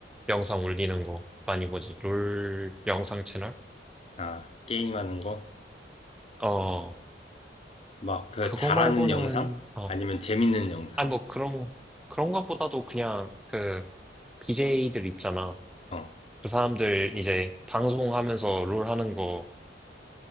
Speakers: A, in the centre; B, on the left.
A: 영상 올리는 거 많이 보지. 롤 영상 채널?
B: 아, 게임하는 거?
A: 어,
B: 막 그
A: 그거
B: 잘하는
A: 말고는,
B: 영상?
A: 어,
B: 아니면 재밌는 영상?
A: 아니 뭐 그런, 그런가 보다도 그냥 그 BJ들 있잖아.
B: 어,
A: 그 사람들 이제 방송하면서 롤 하는 거